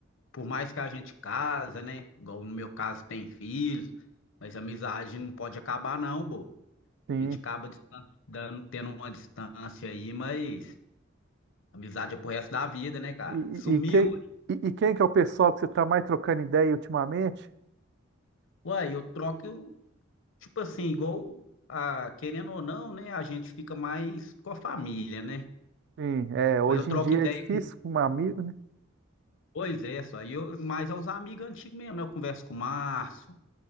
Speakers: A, on the left; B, on the right.
A: por mais que a gente casa, né? Igual no meu caso tem filhos, mas amizade não pode acabar não, pô.
B: Sim.
A: A gente acaba distan- dando, tendo uma distância aí, mas amizade é pro resto da vida, né, cara?
B: E,
A: Sumiu,
B: e- e quem,
A: ué.
B: e, e quem que é o pessoal que você está mais trocando ideia ultimamente?
A: Uai, eu troco, eu, tipo assim, igual, a, querendo ou não, né? A gente fica mais com a família, né?
B: Sim, é, hoje
A: Mas eu troco
B: em dia
A: ideia
B: é difícil com um amigo, né?
A: Pois é, só. E eu, mas é os amigos antigos mesmo, né? Eu converso com o Márcio,